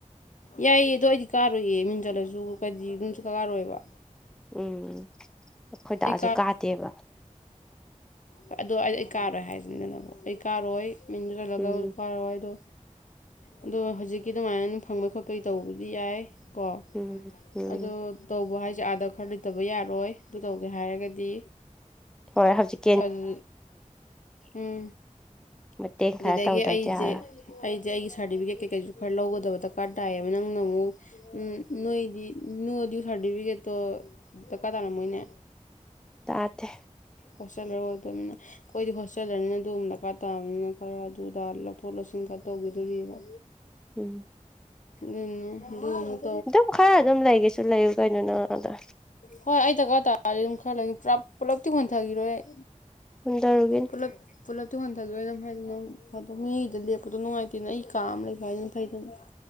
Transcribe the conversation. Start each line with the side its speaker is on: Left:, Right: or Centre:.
Left: ꯌꯥꯏꯌꯦ ꯑꯗꯣ ꯑꯩꯗꯤ ꯀꯥꯔꯣꯏꯌꯦ ꯃꯤꯡ ꯆꯜꯂꯖꯨ ꯀꯗꯤ ꯑꯗꯨꯝ ꯁꯨꯀꯥ ꯀꯥꯔꯣꯏꯕ
Centre: ꯎꯝ ꯑꯈꯣꯏꯗꯥꯖꯨ
Left: ꯑꯩ
Centre: ꯀꯥꯗꯦꯕ
Left: ꯍꯣꯏ ꯑꯗꯣ ꯑꯩ ꯑꯩ ꯀꯥꯔꯣꯏ ꯍꯥꯏꯖꯤꯗꯅꯕꯨ ꯑꯩ ꯀꯥꯔꯣꯏ ꯃꯤꯡꯗꯨ ꯆꯜꯂꯒ
Centre: ꯎꯝ
Left: ꯀꯥꯔꯣꯏ ꯗꯣ ꯑꯗꯣ ꯍꯧꯖꯤꯛꯀꯤ ꯑꯗꯨꯃꯥꯏꯅ ꯑꯗꯨꯝ ꯐꯪꯕꯩ ꯈꯣꯠꯄꯒꯤ ꯇꯧꯕꯗꯤ ꯌꯥꯏ ꯀꯣ
Centre: ꯎꯝ ꯎꯝ
Left: ꯑꯗꯣ ꯇꯧꯕ ꯍꯥꯏꯖꯦ ꯑꯥꯗ ꯈꯔ ꯂꯩꯇꯕ ꯌꯥꯔꯣꯏ ꯑꯗꯨ ꯇꯧꯒꯦ ꯍꯥꯏꯔꯒꯗꯤ
Centre: ꯍꯣꯏ ꯍꯧꯖꯤꯛ
Left: ꯑꯗꯨ ꯎꯝ
Centre: ꯃꯇꯦꯡ
Left: ꯑꯗꯨꯗꯒꯤ
Centre: ꯈꯔ ꯇꯧꯗꯕꯗꯤ
Left: ꯑꯩꯖꯦ
Centre: ꯌꯥꯔꯣꯏ
Left: ꯑꯩꯖꯦ ꯑꯩꯒꯤ ꯁꯥꯔꯗꯤꯕꯤꯒꯦꯠ ꯀꯩꯀꯩꯖꯨ ꯈꯔ ꯂꯧꯒꯗꯕ ꯗꯔꯀꯥꯔ ꯇꯥꯏꯌꯦꯕ ꯅꯪꯅ ꯑꯃꯨꯛ ꯎꯝ ꯅꯣꯏꯗꯤ ꯅꯣ ꯗ꯭ꯌꯨ ꯁꯥꯔꯗꯤꯕꯤꯒꯦꯠꯇꯣ ꯗꯔꯀꯥꯔ ꯇꯥꯔꯝꯃꯣꯏꯅꯦ
Centre: ꯇꯥꯗꯦ
Left: ꯍꯣꯁꯇꯦꯜꯂꯔ ꯑꯣꯏꯗꯝꯅꯤꯅ ꯈꯣꯏꯗꯤ ꯍꯣꯁꯇꯦꯜꯗꯅꯤꯅ ꯑꯗꯨꯝ ꯗꯔꯀꯥꯔ ꯇꯥꯕꯅꯤꯅ ꯈꯔ ꯑꯗꯨꯗ ꯂꯧꯊꯣꯛ ꯂꯧꯁꯤꯟꯈ ꯇꯧꯒꯤꯗꯧꯔꯤꯕ
Centre: ꯎꯝ
Left: ꯎꯝ ꯑꯗꯨ ꯃꯨꯛ
Centre: ꯑꯗꯨꯝ ꯈꯔ ꯑꯗꯨꯝ ꯂꯩꯒꯦꯁꯨ ꯂꯩꯌꯨ ꯀꯩꯅꯣ ꯅꯪ ꯑꯗ
Left: ꯍꯣꯏ ꯑꯩ ꯗꯔꯀꯥꯔ ꯇꯥꯔꯗꯤ ꯑꯗꯨꯝ ꯈꯔ ꯂꯩꯅꯤ ꯄꯨꯔꯥ ꯄꯨꯜꯂꯞꯇꯤ ꯍꯣꯟꯊꯒꯤꯔꯣꯏ ꯑꯩ
Centre: ꯍꯣꯟꯗꯔꯨꯒꯤꯅꯨ
Left: ꯄꯨꯂꯞ ꯄꯨꯜꯂꯞꯇꯨ ꯍꯣꯟꯗꯒꯤꯔꯣꯏ ꯑꯗꯨꯝ ꯍꯥꯏꯗꯤ ꯗꯨꯝ ꯑꯗꯣ ꯃꯤꯒꯤꯗ ꯂꯦꯛꯄꯗꯣ ꯅꯨꯡꯉꯥꯏꯇꯦꯅ ꯑꯩ ꯀꯥ ꯑꯝ ꯂꯩꯕ ꯍꯥꯏꯖꯤꯅ ꯐꯩꯗꯅ ꯌꯥ